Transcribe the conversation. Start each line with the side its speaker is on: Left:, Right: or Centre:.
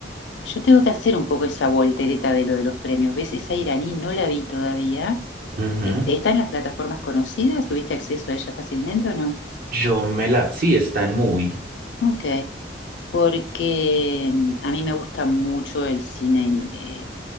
Left: yo tengo que hacer un poco esa voltereta de lo de los premios. ¿Ves? Esa iraní no la vi todavía.
Right: Ujú.
Left: Este, ¿está en las plataformas conocidas? ¿Tuviste acceso a ella fácilmente o no?
Right: Yo me la... Sí, está en movie.
Left: Ok, porque mm, a mí me gusta mucho el cine, eh,